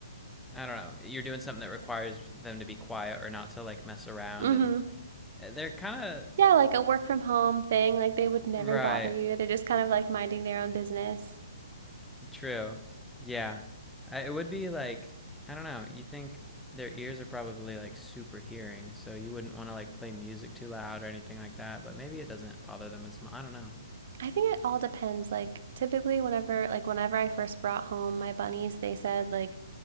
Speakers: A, in the centre; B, on the right.
A: I don't know, you're doing something that requires them to be quiet or not to like mess around,
B: Mhm.
A: and uh, they're kind
B: Yeah, like a work from home thing. Like they would never
A: of right.
B: bother you. They're just kind of like minding their own business.
A: True. Yeah, I, it would be like I don't know. You think their ears are probably like super hearing, so you wouldn't want to like play music too loud or anything like that. But maybe it doesn't bother them as much. I don't know.
B: I think it all depends. Like typically whenever like whenever I first brought home my bunnies, they said like